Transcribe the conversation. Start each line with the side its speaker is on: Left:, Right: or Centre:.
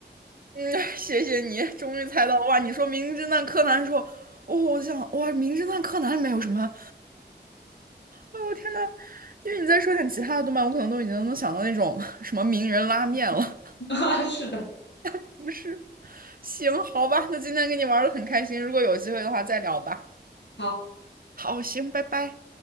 Right: 嗯，谢谢你，终于猜到了哇！你说《名侦探柯南》说，哦，我想哇，《名侦探柯南》里面有什么？我天呐，因为你再说点其他的动漫，我可能都已经能想到那种 <laughs> 什么名人拉面了。
Left: <laughs> 啊，是的。
Right: <laughs> 不是，行，好吧，那今天跟你玩的很开心，如果有机会的话再聊吧。
Left: 好。
Right: 好，行，拜拜。